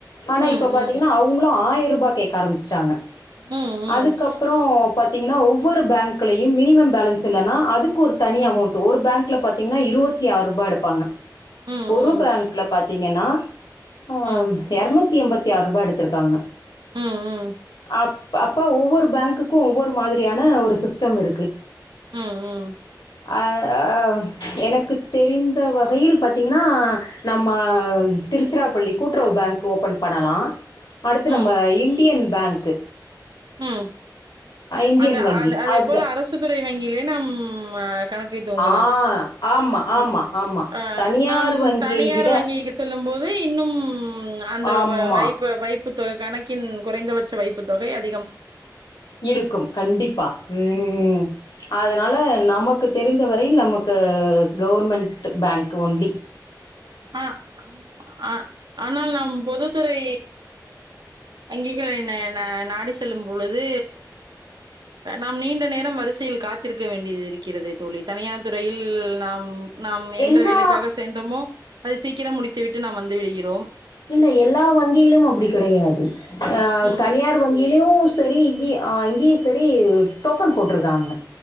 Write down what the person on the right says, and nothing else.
ம், ம்.
ம், ம்.
ம்.
ம், ம்.
ம், ம்.
ம் ம்
ம் ம்
ம்.
ம்
அந்த
அதே
போல அரசு துறை வங்கி இ நம்ம கணக்கை துவங்கலாம்
ம்
அ
நம்
தனியார்
வங்கிக்கு செல்லும் போது ஏய் இன்னும் அந்த
வை வைப்பு வைப்பு தொகை கணக் கின் குறைந்தபட்ச வைப்பு தொகை அது
அஹ அஹ ஆனா நம் பொதுத்துறை அங்கிங்க என்ன நாடிச் செல்லும் பொழுது நம் நீண்ட நேரம் வரிசையில் காத்திருக்க வேண்டிய இருக்கிறிது தோழி தனியார் துறையில் நம் நாம் எந்த
வேலைக்காக சேர்தமோ அது சீக்கிரம் முடித்து விட்டு நம் வந்து விடுகிறோம்
ம்,